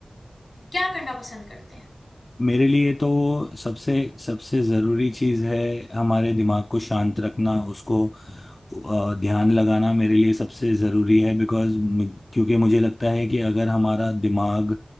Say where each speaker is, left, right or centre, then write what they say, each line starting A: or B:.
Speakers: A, on the left; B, on the left.
A: क्या करना पसंद करते हैं?
B: मेरे लिए तो सबसे सबसे ज़रूरी चीज़ है हमारे दिमाग को शांत रखना, उसको अ, ध्यान लगाना मेरे लिए सबसे ज़रूरी है बिकॉज़ मु क्योंकि मुझे लगता है कि अगर हमारा दिमाग